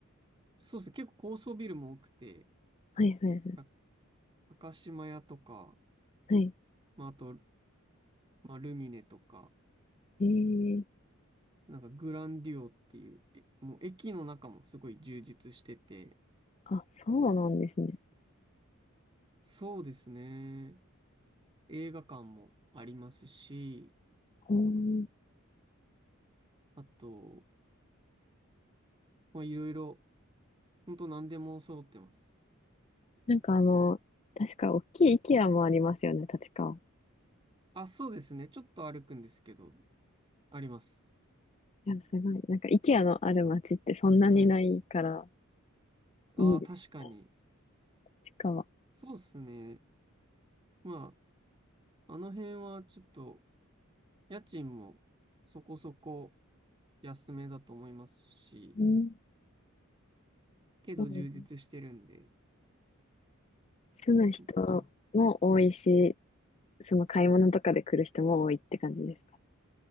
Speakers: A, on the right; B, on the left.
A: そうですね、結構高層ビルも多くて、
B: はいはいはい。
A: 赤高島屋とか、
B: はい。
A: まああと、まあ、ルミネとか、
B: ええ
A: なんかグランデュオっていう、えもう駅の中もすごい充実してて、
B: あ、そうなんですね。
A: そうですね。映画館もありますし、
B: ほー
A: あと、まあいろいろ、ほんと何でも揃ってます。
B: なんかあの、確か大きい IKEA もありますよね、立川。
A: あ、そうですね。ちょっと歩くんですけど、あります。
B: いや、すごい。なんか IKEA のある街ってそんなにないから、
A: はい。ああ、
B: いいです、
A: 確かに。
B: 立川。
A: そうですね。まあ、あの辺はちょっと、家賃もそこそこ安めだと思いますし、
B: うん。で
A: けど充実してるんで、
B: も住む人
A: あ、
B: も多いし、その買い物とかで来る人も多いって感じですか